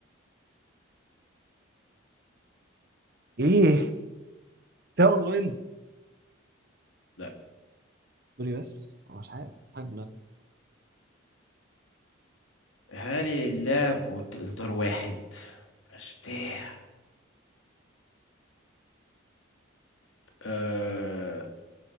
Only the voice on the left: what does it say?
لا
هل اللعبة قلت اصدار واحد مش بتاع آه